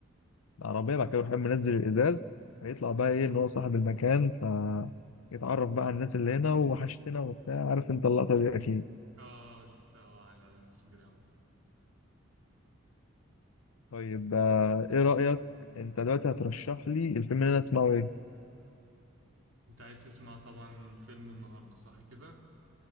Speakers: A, on the left; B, on the right.
A: العربية بعد كده يروح قايم منزل الإزاز فيطلع بقى إيه إن هو صاحب المكان فيتعرف بقى على الناس اللي هنا وحشتنا وبتاع عارف أنت اللقطة دي أكيد
B: اه شفتها على الانستجرام
A: طيب آه، إيه رأيك أنت دلوقتي هترشح لي الفيلم اللي أنا أسمعه إيه؟
B: انت عايز تسمع طبعا فيلم النهاردة صح كده